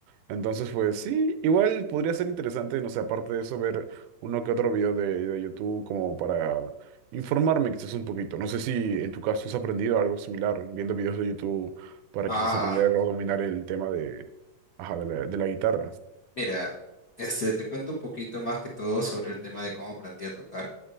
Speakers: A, on the right; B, on the left.
A: Entonces, pues sí, igual podría ser interesante, no sé, aparte de eso, ver uno que otro video de, de YouTube como para Informarme quizás un poquito. No sé si en tu caso has aprendido algo similar, viendo videos de YouTube para
B: Ah,
A: quizás aprender o dominar el tema de, ajá, de la, de la guitarra.
B: mira, este, te cuento un poquito más que todo sobre el tema de cómo aprendí a tocar.